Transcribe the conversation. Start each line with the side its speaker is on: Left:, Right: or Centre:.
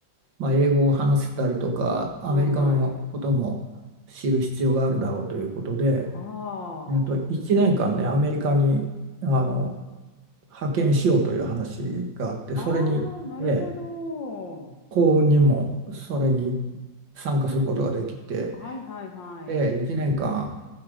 Right: まあ、英語を話せたりとか、アメリカのことも知る必要があるだろうということで、
Left: はいはい。は
Right: えっと、1年間ね、アメリカに、あの派遣しようという話があって、
Left: あ。
Right: それに、
Left: ああ、なるほど。
Right: ええ、幸運にもそれに参加することができて、
Left: はいはいはい。
Right: ええ、1年間